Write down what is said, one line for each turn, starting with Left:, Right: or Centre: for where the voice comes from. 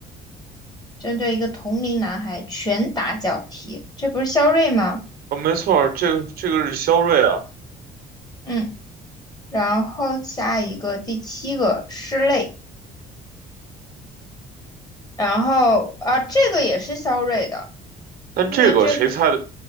Left: 针对一个同龄男孩拳打脚踢，这不是肖瑞吗？
Right: 哦，没错儿，这个这个是肖瑞啊，
Left: 嗯，然后下一个第七个室内，然后啊这个也是肖瑞的。
Right: 但这个谁猜的？
Left: 因为这个